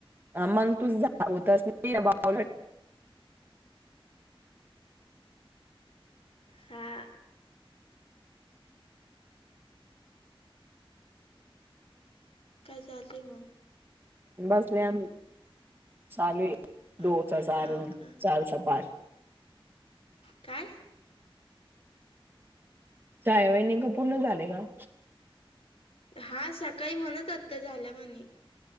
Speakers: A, on the right (about 20°); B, on the left (about 80°).
A: ह मंग तूझ <unintelligible>
B: हा. काय चालतेय मंग?
A: बसलेय आमी चालूये
B: हा
A: दोच चार
B: हाव
A: अन्
B: का
A: चारचं पाच.
B: काय?
A: छाया वईणी का पूर्ण झाले का?
B: हा सकाळी म्हणत होत त्या झाल्या म्हणे.